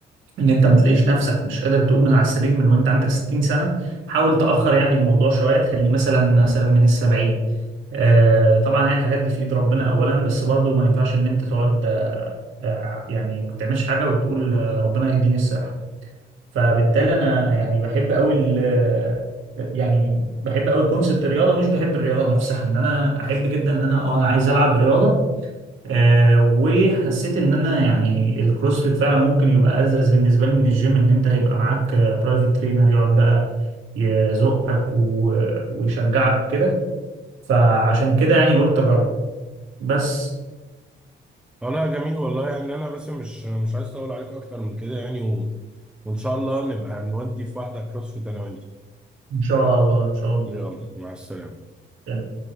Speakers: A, on the right; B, in the centre.
A: ان انت ما تلاقيش نفسك مش قادر تقوم من على السرير من وانت عندك 60 سنة حاول تأخر يعني الموضوع شوية تخليه مثلا مثلا من السبعين آه طبعا هي الحاجات دي في ايد ربنا اولا بس برضو ما ينفعش ان انت تقعد آه آه، يعني ما بتعملش حاجة وتقول آه، ربنا هيديني الصحة فبالتالي انا يعني بحب قوي ال- آه، يعني بحب قوي كونسبت الرياضة مش بحب الرياضة نفسها ان انا احب جدا ان انا اه انا عايز العب رياضة آه وحسيت ان انا يعني الكروسفيت فعلا ممكن يبقى ألذذ بالنسبه لي من الجيم ان انت هيبقى معاك برايفت ترينر يقعد بقى يزقك و- ويشجعك وكده فعشان كده يعني قلت اجرب بس
B: اه لا جميل والله يعني انا بس مش مش عايز اطول عليكم اكتر من كده يعني و... وان شاء الله نبقى نودي في واحده كروسفيت انا وانت
A: ان شاء الله ان شاء الله
B: يلا مع السلامه
A: يعني